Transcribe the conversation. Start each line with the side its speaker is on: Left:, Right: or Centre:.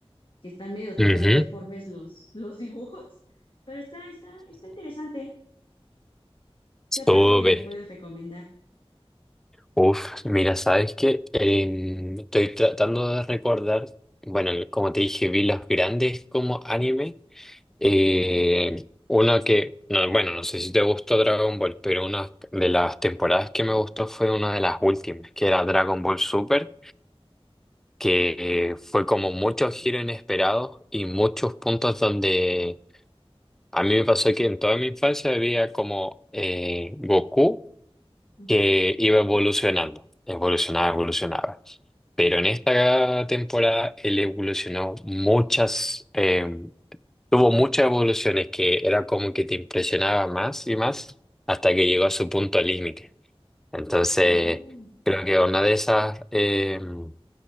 Left: que están medio todavía
Centre: ujú.
Left: deformes los, los dibujos, pero está, está, está interesante. ¿Qué
Centre: Súper.
Left: otra serie me puedes recomendar?
Centre: Uf, mira, sabes que estoy tratando de recordar, bueno, el- como te dije, vi los grandes como anime. Eh, uno que, no, bueno, no sé si te gustó Dragon Ball, pero una de las temporadas que me gustó fue una de las últimas, que era Dragon Ball Super, que eh, fue como muchos giros inesperados y muchos puntos donde a mí me pasó que en toda mi infancia había como eh, Goku
Left: Ujú.
Centre: que iba evolucionando, evolucionaba, evolucionaba. Pero en esta temporada él evolucionó muchas, eh, tuvo muchas evoluciones que era como que te impresionaba más y más hasta que llegó a su punto límite. Entonces,
Left: Oh,
Centre: creo que una de esas em,